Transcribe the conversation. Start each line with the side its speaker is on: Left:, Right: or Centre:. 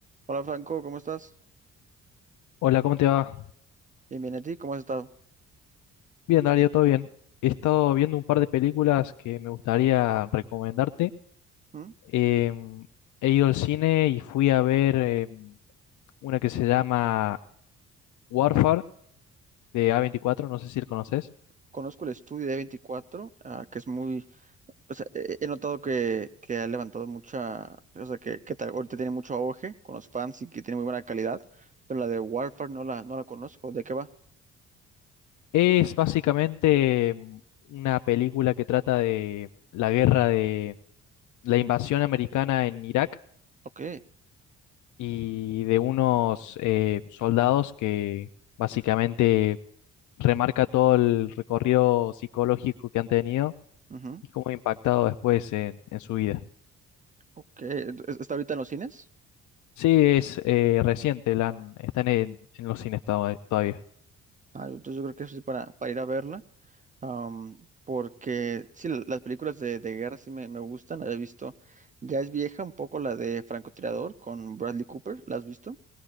Right: Hola Franco, ¿cómo estás?
Left: Hola, ¿cómo te va?
Right: Bien, bien, a ti? ¿Cómo has estado?
Left: Bien, Dario, todo bien. He estado viendo un par de películas que me gustaría recomendarte.
Right: ¿Mm?
Left: Em, he ido al cine y fui a ver em, una que se llama Warfare de a veinticuatro. no sé si la conoces.
Right: Conozco el estudio de 24, ah, que es muy... O sea, he he notado que, que ha levantado mucha... O sea, que, que ta- ahorita tiene mucho auge con los fans y que tiene muy buena calidad, pero la de Warfare no la, no la conozco. ¿De qué va?
Left: Es básicamente em, una película que trata de la guerra de la invasión americana en Irak
Right: Ok.
Left: y de unos eh, soldados que básicamente remarca todo el recorrido psicológico que han tenido
Right: ujú,
Left: y cómo ha impactado después en, en su vida.
Right: Ok. Ent- ¿Está ahorita en los cines?
Left: Sí, es eh, reciente, la han- está en, en los cines to- todavía.
Right: Ah, entonces yo creo que eso sí para, para ir a verla. Am, porque sí, la- las películas de, de guerra sí me, me gustan, la he visto. Ya es vieja un poco la de Francotirador con Bradley Cooper, ¿la has visto?